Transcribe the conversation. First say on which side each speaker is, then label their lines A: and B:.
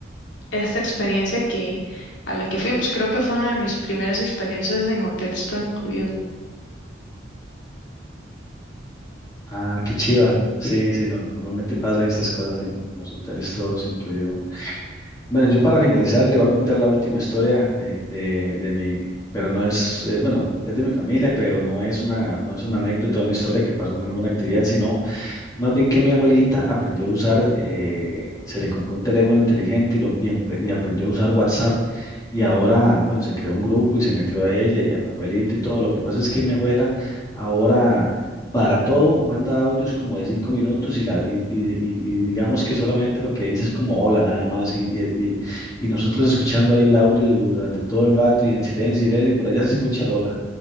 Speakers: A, on the left; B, on the left.
A: esta experiencia que a la que fuimos. Creo que fue una de mis primeras experiencias en hoteles, todo incluido.
B: Ah, qué chiva. Sí, sí, no, normalmente pasan estas cosas en, en los hoteles, todos incluidos. Bueno, yo para finalizar le voy a contar la última historia de, de, de mi, pero no es, eh, bueno, es de mi familia, pero no es una, no es una anécdota, una historia que pasó en alguna actividad, sino más bien que mi abuelita aprendió a usar, eh, se le compró un teléfono inteligente y, lo, y, empre- y aprendió a usar WhatsApp y ahora, bueno, se creó un grupo y se metió a ella y a mi abuelita y todo. Lo que pasa es que mi abuela ahora para todo manda audios como de cinco minutos y, la, y, y- y- y digamos que solamente lo que dice es como hola nada más y, y, y- y nosotros escuchando ahí el audio durante todo el rato y en silencio, silencio y por allá se escucha el hola.